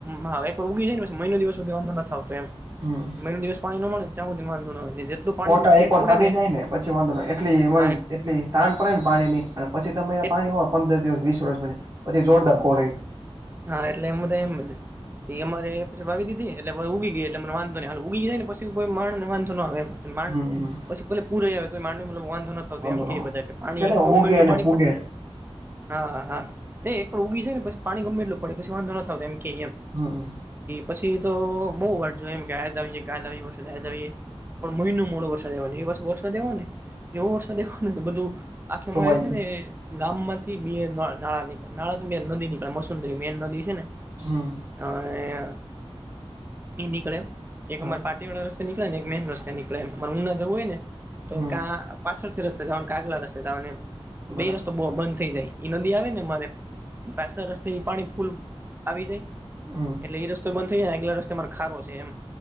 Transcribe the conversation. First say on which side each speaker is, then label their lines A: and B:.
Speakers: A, on the right (about 20°); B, on the right (about 40°).
A: મા હોય એક ઉગી જાય ને પછી મહિનો દિવસ સુધી વાંધો નથી આવતો એમ.
B: હમ
A: મહિનો દિવસ પાણી નો મળે ને ત્યાં સુધી વાંધો નો હોય જેટલું પાણીની
B: કોટા
A: ખેચ
B: એક વાર
A: પડે
B: કાઢી
A: ને
B: જાય પછી વાંધો ન હોય એટલે એમાંય
A: હા
B: તે એટલે તાણ પડે ને પાણી ની અને પછી તમે
A: એ
B: પાણી હો પંદર દિવસ વીસ વર્ષ પછી એ જોરદાર કોહરાય.
A: હા એટલે એમનુ તો એમ ભલે એ અમારે પછી વાવિ દિધી એટલે પહી ઉગી ગઈ એટલે મને વાંધો નઈ હાલો ઉગી જાય ને પછી કોઈ માણ ને વાંધો નો આવે એમ માંડ
B: હમ
A: પછી પેલે પૂરેય આવે તોય માંડને મતલબ વાંધો નથ આવતો
B: વાંધો
A: એમ
B: ન
A: કેય
B: આવે
A: બધા કે પાણી
B: ને
A: ગમે
B: ઉગે
A: એટલુ
B: અને
A: પાણી
B: ભૂગે
A: પડે હા હા એ પણ ઊગી છે ને પછી પાણી ગમેલું પડે પછી વાંધો ન આવતો એમ કે એમ.
B: હા હા.
A: પછી તો બઉ વાટ જોઈ એમ કે આયા ઝાવીએ કે <unintelligible> પણ મહિનો મોડો વરસાદ આયવો એ વર્ષે વરસાદ આયવોને એવો વરસાદ આયવો ને તો કે બધું આખે
B: ધોવાઈ
A: અમારે છે
B: ગયું
A: ગામમાંથી બે ત્રણ નાળા નીકળા નાળા બે નદીની <unintelligible> મશ ઈ મેન નદી છે ને
B: હમ
A: આયા ઈ નીકળે એક
B: હા
A: અમાર પાટીવાળા રસ્તે નીકળે ને એક મેન રસ્તે નીકળે એમ પણ ઉના જવું હોય ને તો
B: હમ
A: કાં પાછળથી રસ્તે ઝાવાનું કાં આગલા રસ્તે ઝાવાનુ એમ તો બેય
B: બરાબર
A: રસ્તો બો બંધ થઈ જાય એ નદી આવે ને અમારે પાછલા રસ્તા એ પાણી ફૂલ આવી જાય
B: હમ
A: એટલે એ રસ્તોય બંધ થઇ જાય આયગલા રસ્તે અમાર ખારો છે એમ